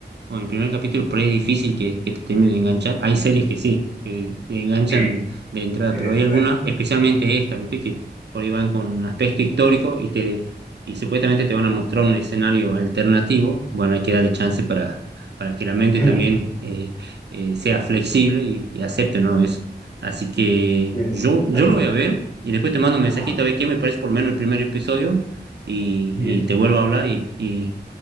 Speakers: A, on the right; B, on the left.
A: bueno, el primer capítulo por ahí es difícil que, que te termine de enganchar. Hay series que sí, que te enganchan
B: sí,
A: de entrada,
B: desde
A: pero
B: el
A: hay
B: primer.
A: algunas, especialmente esta ¿viste? Que por ahí van con un aspecto histórico y te y supuestamente te van a mostrar un escenario alternativo. Bueno, hay que darle chance para, para que la mente
B: Sí,
A: también eh, eh, sea flexible y, y acepte, ¿no? Eso. Así que
B: sí,
A: yo, yo
B: tal
A: lo
B: cual.
A: voy a ver y después te mando un mensajito
B: Ajá,
A: a ver qué me parece por lo menos el primer episodio y,
B: bien.
A: y te vuelvo a hablar y, y